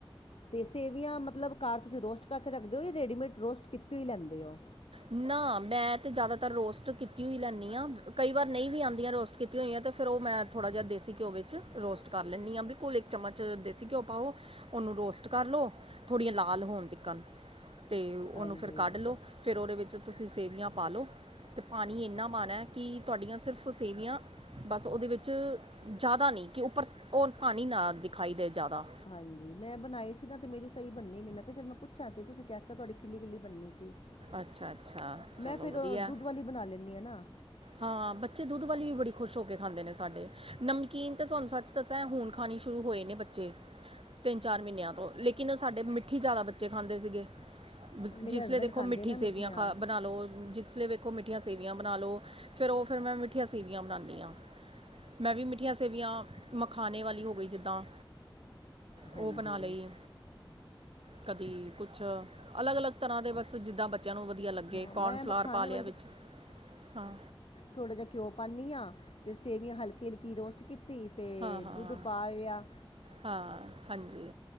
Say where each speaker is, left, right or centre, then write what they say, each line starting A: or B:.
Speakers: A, on the left; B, on the right.
A: ਤੇ ਸੇਵੀਆਂ ਮਤਲਬ ਘਰ ਤੁਸੀਂ ਰੋਸਟ ਕਰਕੇ ਰੱਖਦੇ ਹੋ, ਜਾਂ ਰੈਡੀਮੇਡ ਰੋਸਟ ਕੀਤੀ ਹੋਈ ਲੈਂਦੇ ਹੋ?
B: ਨਾ ਮੈਂ ਤੇ ਜਿਆਦਾਤਰ ਰੋਸਟ ਕੀਤੀ ਹੋਈ ਲੈਂਨੀ ਆ, ਕਈ ਵਾਰ ਨਹੀਂ ਵੀ ਆਉਂਦੀਆਂ ਰੋਸਟ ਕੀਤੀਆਂ ਹੋਈਆਂ, ਤੇ ਫੇਰ ਉਹ ਮੈਂ ਥੋੜ੍ਹਾ ਜਾ ਦੇਸੀ ਘਿਓ ਵਿੱਚ ਰੋਸਟ ਕਰ ਲੈਂਨੀ ਆ ਬਿਲਕੁਲ ਇੱਕ ਚਮਚ ਦੇਸੀ ਘਿਓ ਪਾਓ ਉਹਨੂੰ ਰੋਸਟ ਕਰ ਲਓ, ਥੋੜ੍ਹੀਆਂ ਲਾਲ ਹੋਣ ਤਿਕਨ ਤੇ ਉਹਨੂੰ
A: ਹਾਂਜੀ
B: ਫਿਰ ਕੱਢ ਲਓ। ਫੇਰ, ਉਹਦੇ ਵਿੱਚ ਤੁਸੀਂ ਸੇਵੀਆਂ ਪਾ ਲਓ। ਤੇ ਪਾਣੀ ਇੰਨਾ ਪਾਣਾ ਕੀ ਤੁਹਾਡੀਆਂ ਸਿਰਫ਼ ਸੇਵੀਆਂ ਬਸ ਉਹਦੇ ਵਿੱਚ ਜ਼ਿਆਦਾ ਨੀ, ਕੀ ਓਪਰ ਹੋਰ ਪਾਣੀ ਦਿਖਾਈ ਨਾ ਦੇ ਜਿਆਦਾ।
A: ਹਾਂਜੀ, ਮੈਂ ਬਣਾਈ ਸੀ ਨਾ ਤੇ ਮੇਰੀ ਸਹੀ ਬੰਨੀ ਨੀ, ਮੈਂ ਕਿਹਾ ਚਲ ਮੈਂ ਪੁੱਛ ਸੀ ਤੁਸੀਂ ਕਿਹਾ ਤੁਹਾਡੀ ਖਿੱਲੀ -ਖਿੱਲੀ ਬੰਨੀ ਸੀ
B: ਅੱਛਾ
A: <inaudible>
B: ਅੱਛਾ ਚਲੋ
A: ਮੈਂ ਫਿਰ
B: ਵਧੀਆ
A: ਦੁੱਧ ਵਾਲੀ ਬਣਾ ਲੈਂਦੀ ਆ ਨਾ।
B: ਹਾਂ ਬੱਚੇ ਦੁੱਧ ਵਾਲੀ ਵੀ ਬੜੀ ਖੁਸ਼ ਹੋ ਕੇ ਖਾਂਦੇ ਨੇ ਸਾਡੇ, ਨਮਕੀਨ ਤਾਂ ਤੁਹਾਨੂੰ ਸੱਚ ਤਾਂ ਸ ਹੁਣ ਖਾਣੀ ਸ਼ੁਰੂ ਹੋਏ ਨੇ ਬੇ ਬੱਚੇ, ਤਿੰਨ ਚਾਰ ਮਹੀਨਿਆਂ ਲੇਕਿਨ ਸਾਡੇ ਮਿੱਠੀ ਜ਼ਿਆਦਾ ਖਾਂਦੇ ਸੀਗੇ।
A: ਮੇਰੇ
B: ਜਿਸ
A: ਹਸਬੈਂਡ
B: ਲੇ ਦੇਖੋ
A: ਖਾਂਦੇ
B: ਮਿੱਠੀ
A: ਨਾ
B: ਸੇਵੀਆਂ
A: ਮਿੱਠੀਆਂ
B: ਖਾ ਬਨਾ ਲਓ ਜਿਸ ਲੇ ਵੇਖੋ ਮਿੱਠੀਆਂ ਸੇਵੀਆਂ ਬਨਾ ਲਓ। ਫੇਰ ਉਹ ਫੇਰ ਮੈਂ ਮਿੱਠੀਆਂ ਸੇਵੀਆਂ ਬਣਾਨੀ ਹਾਂ ਮੈਂ ਵੀ ਮਿੱਠੀਆਂ ਸੇਵੀਆਂ ਮਖਾਨੇ ਵਾਲੀ ਹੋ ਗਈ ਜਿੱਦਾਂ
A: ਹਾਂਜੀ
B: ਉਹ ਬਨਾ ਲਈ। ਕਦੀ ਕੁਛ ਅਲੱਗ-ਅਲੱਗ ਤਰ੍ਹਾਂ ਦੇ ਬਸ ਜਿੱਦਾਂ ਬੱਚੇਆਂ ਨੂੰ ਵਧੀਆ ਲੱਗੇ
A: ਹਾਂ
B: ਕੋਨਫਲਾਰ
A: ਮੈਂ ਮਖਾਣੇ
B: ਪਾ ਲਿਆ ਵਿੱਚ ਹਾਂ
A: ਥੋੜਾ ਜਿਹਾ ਘਿੳ ਪਾਨੀ ਆ ਤੇ ਸੇਵੀਆਂ ਹਲਕੀ ਹਲਕੀ ਰੋਸਟ ਕੀਤੀ। ਤੇ
B: ਹਾਂ ਹਾਂ
A: ਦੁੱਧ ਪਾਇਆ।
B: ਹਾਂ ਹਾਂਜੀ